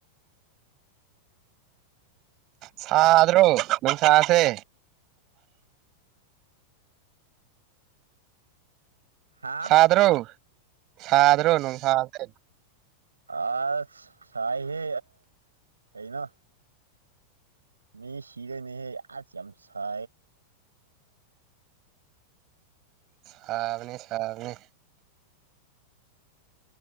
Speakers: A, on the right; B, on the right.
A: ꯁ꯭ꯔꯣ ꯅ ꯁꯥꯥꯁꯦ
B: ꯍꯥꯥ
A: ꯁꯥꯗ꯭ꯔꯣ ꯁꯥꯗ꯭ꯔꯣꯅ ꯁꯥꯗ꯭ꯔ
B: ꯑꯁ ꯁꯥꯏ ꯍꯦ ꯀꯅꯣ ꯃꯤ ꯁꯤꯗꯅꯦ ꯑꯖ ꯌꯥꯝꯁꯦ
A: ꯁꯥꯕꯅꯤ ꯁꯥꯕꯅꯤ